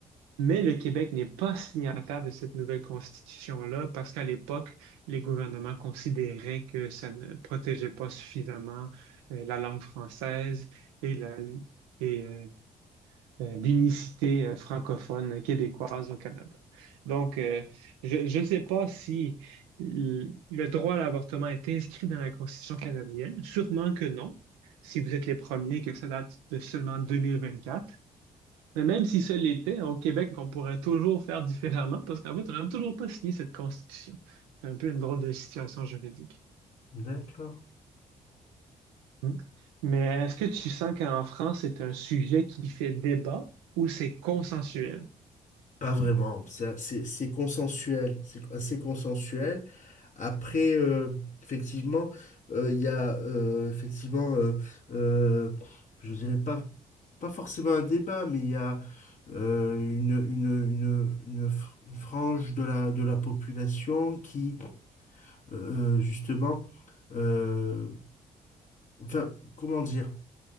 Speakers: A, on the right; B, on the left.
A: Mais le Québec n'est pas signataire de cette nouvelle constitution-là parce qu'à l'époque, les gouvernements considéraient que ça ne protégeait pas suffisamment euh, la langue française et la, et, euh, euh, l'unicité euh, francophone québécoise au Canada. Donc, euh, je ne sais pas si l- le droit à l'avortement est inscrit dans la Constitution canadienne. Sûrement que non, si vous êtes les premiers, que ça date de seulement 2024. Mais même si ce l'était, au Québec, on pourrait toujours faire différemment parce qu'en fait, on n'a toujours pas signé cette constitution. C'est un peu une drôle de situation juridique.
B: D'accord.
A: Hmm. Mais est-ce que tu sens qu'en France, c'est un sujet qui fait débat ou c'est consensuel?
B: Pas vraiment, ça, c'est c'est consensuel, c'est assez consensuel. Après, euh, effectivement, euh, il y a euh, effectivement, euh, euh, je dirais pas, pas forcément un débat, mais il y a euh, une, une, une, une fr- une frange de la, de la population qui, euh, justement, euh, enfin, comment dire?